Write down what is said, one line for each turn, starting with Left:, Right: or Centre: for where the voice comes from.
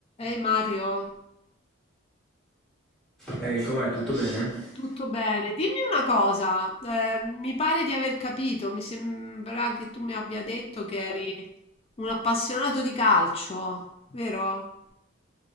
Left: Ehi Mario,
Centre: E eh, com'è? Tutto bene?
Left: tutto bene? Dimmi una cosa, eh, mi pare di aver capito, mi sembra che tu mi abbia detto che eri un appassionato di calcio, vero?